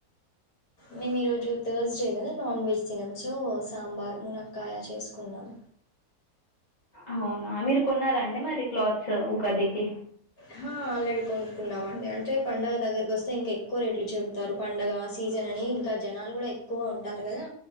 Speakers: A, on the left; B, on the left.
A: మేము ఈరోజు థర్స్డే కదా నాన్ వెజ్ తినము సో సాంబార్ మునక్కాయ చేసుకున్నాం
B: అవునా మీరు కొన్నారా అండి మరి క్లాత్స్ ఉగాదికి
A: హా ఆల్రెడీ కొనుక్కున్నామండి అంటే పండగా దగ్గరకు వస్తే ఇంకా ఎక్కువ రేట్లు చెపుుతారు పండగా సీజన్ అని ఇంకా జనాలు కూడా ఎక్కువ ఉంటారు కదా